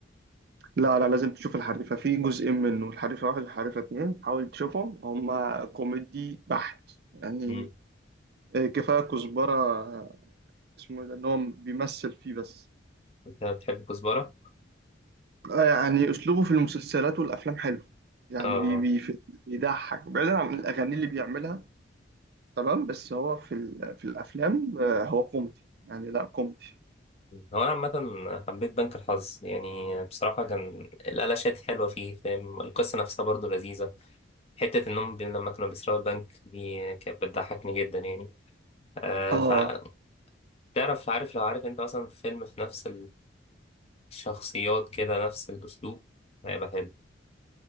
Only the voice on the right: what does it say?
لا لا لازم تشوف الحريفة في جزئين منه الحريفة واحد والحريفة اتنين حاول تشوفهم هما كوميدي بحت يعني
آه، كفاية كزبرة آه، اسمه إيه ده ان هو بيمثل فيه بس
آه، يعني اسلوبه في المسلسلات والافلام حلو يعني
بي بي في- بيضحك بعيدا عن الاغاني اللي بيعملها تمام بس هو في ال- في الافلام آه، هو كوميدي يعني لا كوميدي
اه